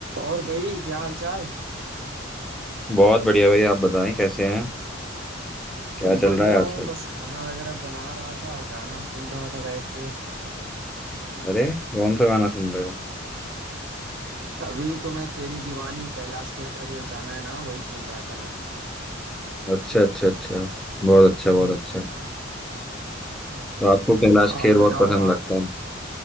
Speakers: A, on the right; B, in the centre.
A: और भाई क्या हाल चाल
B: बहुत बढ़िया भाई आप बताएं कैसे हैं क्या चल
A: बढ़िया
B: रहा है
A: हूँ
B: आजकल
A: बस खाना वगैरह बना रहा था गाना सुन रहा था बैठ के
B: अरे कौन सा गाना सुन रहे हो
A: अभी तो मैं तेरी दीवानी कैलाश खेर का जो एक गाना है ना वही सुन रहा था मैं
B: अच्छा अच्छा अच्छा बहुत अच्छा बहुत अच्छा तो आपको कैलाश
A: आप
B: खेर बहुत
A: बताओ
B: पसंद
A: आप
B: लगता है